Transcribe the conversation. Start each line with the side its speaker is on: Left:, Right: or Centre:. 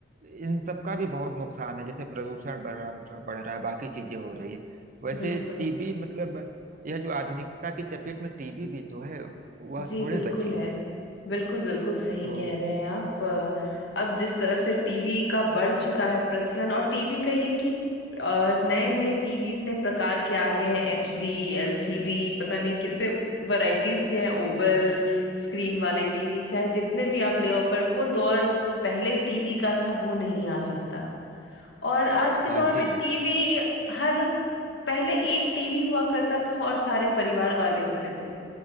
Right: इन सब का भी बहुत नुकसान है जैसे प्रदूषण बढ़ रहा बढ़ रहा है बाकी चीजें हो रही है वैसे
Left: बिल्कुल
Right: टीबी मतलब यह जो आधुनिकता की चपेट में टीबी भी तो है वह
Left: जी
Right: थोड़े
Left: बिल्कुल
Right: बची
Left: है
Right: है
Left: बिल्कुल बिल्कुल सही
Right: तो
Left: कह रहे हैं आप अ, अब जिस तरह से टीवी का बढ़ चुका है प्रचलन और टीवी का ये कि नए नए टीवी इतने प्रकार के आ गए हैं एच डी एल सी डी पता नहीं कितने वैरायटीज के हैं ओवल स्क्रीन वाले टीवी चाहे जितने भी आप ले आओ पर वो दौर जो पहले टीवी का था वो नहीं आ सकता और आज के
Right: हाँ
Left: दौर में
Right: जी जी
Left: टीवी हर पहले एक टीवी हुआ करता था और सारे परिवार वाले होते थे